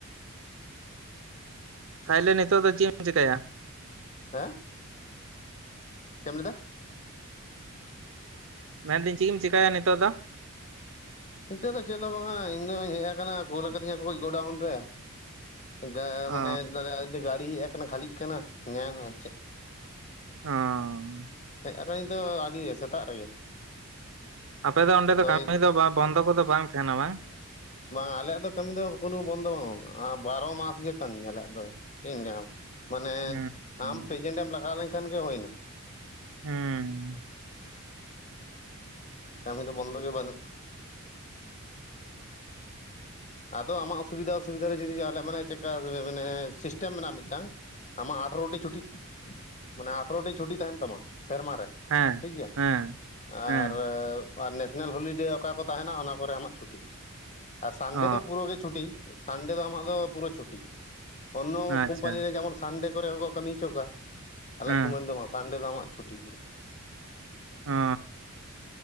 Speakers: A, on the right; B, on the left.
A: ᱛᱟᱦᱮᱞᱮ ᱱᱤᱛᱚᱜ ᱫᱚ ᱪᱤᱜ ᱮᱢ ᱪᱮᱠᱟᱭᱟ?
B: ᱦᱟᱸ! ᱪᱮᱜ ᱮᱢ ᱞᱟᱹᱭ ᱫᱟ?
A: ᱢᱮᱱᱫᱤᱧ ᱪᱤᱜ ᱮᱢ ᱪᱮᱠᱟᱭᱟ ᱱᱤᱛᱚᱜ ᱫᱚ?
B: ᱱᱤᱛᱚᱜ ᱫᱚ ᱪᱮᱫ ᱦᱚᱸ ᱵᱟᱝᱟ ᱤᱧ ᱫᱚᱧ ᱦᱮᱡ ᱟᱠᱟᱱᱟ ᱠᱩᱞ ᱞᱟᱠᱟ ᱫᱤᱧᱟ ᱠᱩ ᱜᱚᱰᱟᱣᱩᱱ ᱨᱮ᱾ ᱜᱟ
A: ᱚ
B: ᱢᱟᱱᱮ ᱫᱚ ᱚ ᱫᱚ ᱜᱟᱲᱤ ᱦᱮᱡ ᱟᱠᱟᱱᱟ ᱠᱷᱟᱞᱤᱜ ᱠᱟᱱᱟ, ᱧᱮᱞᱟ ᱪᱮᱜ
A: ᱚ
B: ᱦᱮᱸ ᱟᱫᱚ ᱧᱤᱛᱚᱜ ᱟᱰᱤ ᱥᱮᱛᱟᱜ ᱨᱮᱜᱮ
A: ᱟᱯᱮ ᱫᱚ ᱚᱸᱰᱮ
B: ᱟᱫᱚ
A: ᱫᱚ ᱠᱟᱢᱤ ᱫᱚ ᱵᱟ ᱵᱚᱱᱫᱚ ᱠᱚᱫᱚ ᱵᱟᱝ ᱛᱮᱦᱮᱱᱟ ᱵᱟᱝ?
B: ᱵᱟᱝ ᱟᱞᱮᱭᱟᱜ ᱫᱚ ᱠᱟᱹᱢᱤ ᱫᱚ ᱠᱚᱱᱩ ᱵᱚᱱᱫᱚ ᱵᱟᱝ ᱵᱟᱱᱩᱜᱼᱟ ᱵᱟᱨᱚ ᱢᱟᱥ ᱜᱮ ᱠᱟᱢᱤ ᱟᱞᱮᱭᱟᱜ ᱫᱚ ᱪᱮᱫ ᱤᱧ ᱞᱟᱹᱭᱟᱢᱟ ᱢᱟᱱᱮ
A: ᱦᱩᱸ ᱦᱩᱸ
B: ᱟᱢ ᱯᱮᱡᱮᱱᱴ ᱮᱢ ᱞᱟᱜᱟᱣ ᱞᱮᱱᱠᱷᱟᱱ ᱜᱮ ᱦᱚᱭ ᱱᱟ
A: ᱦᱮᱸᱻ
B: ᱠᱟᱢᱤ ᱫᱚ ᱵᱚᱱᱫᱚ ᱜᱮ ᱵᱟᱱᱩᱜᱼᱟ ᱟᱫᱚ ᱟᱢᱟᱜ ᱚᱥᱩᱵᱤᱫᱟ ᱥᱩᱵᱤᱫᱟ ᱨᱮ ᱡᱩᱫᱤ ᱟᱞᱮᱭᱟᱜ ᱚ ᱢᱟᱱᱮ ᱪᱮᱫᱠᱟ ᱮᱻ ᱢᱟᱱᱮ ᱥᱤᱥᱴᱮᱢ ᱢᱮᱱᱟᱜᱼᱟ ᱢᱤᱫᱴᱟᱝ ᱟᱢᱟᱜ ᱟᱴᱷᱟᱨᱚ ᱴᱤ ᱪᱷᱩᱴᱤᱜ ᱢᱟᱱᱮ ᱟᱴᱷᱟᱨᱚ ᱴᱤ ᱪᱷᱩᱴᱤ ᱛᱟᱦᱮᱱ ᱛᱟᱢᱟ ᱥᱮᱨᱢᱟ ᱨᱮ
A: ᱦᱮᱸ
B: ᱴᱷᱤᱠ ᱜᱮᱭᱟ
A: ᱦᱮᱸ
B: ᱟᱨ
A: ᱦᱮᱸ
B: ᱮᱸ <inaudible> ᱟᱨ ᱱᱮᱥᱱᱮᱞ ᱦᱚᱞᱤᱰᱮ ᱚᱠᱟ ᱠᱚ ᱛᱟᱦᱮᱱᱟ ᱚᱱᱟ ᱠᱚᱨᱮ ᱟᱢᱟᱜ ᱪᱷᱩᱴᱤ ᱟᱨ ᱥᱟᱱᱰᱮ
A: ᱚ
B: ᱫᱚ ᱯᱩᱨᱟᱹ ᱜᱮ ᱪᱷᱩᱴᱤ ᱥᱟᱱᱰᱮ ᱫᱚ ᱟᱢᱟᱜ ᱫᱚ ᱯᱩᱨᱟᱹ ᱪᱷᱩᱴᱤ ᱚᱱᱱᱚ
A: ᱟᱪᱪᱷᱟ
B: ᱠᱳᱢᱯᱟᱱᱤ ᱨᱮ ᱡᱮᱢᱚᱱ ᱥᱟᱱᱰᱮ ᱠᱚᱨᱮ ᱦᱚᱸᱠᱚ ᱠᱟᱹᱢᱤ ᱦᱚᱪᱚ ᱠᱚᱣᱟ ᱟᱞᱮᱟᱜ
A: ᱦᱮᱸ
B: ᱠᱩᱢᱟᱹᱱ ᱫᱚ ᱵᱟᱝ ᱥᱟᱱᱰᱮ ᱫᱚ ᱟᱢᱟᱜ ᱪᱷᱩᱴᱤ ᱯᱩᱨᱟᱹ <inaudible>
A: ᱚ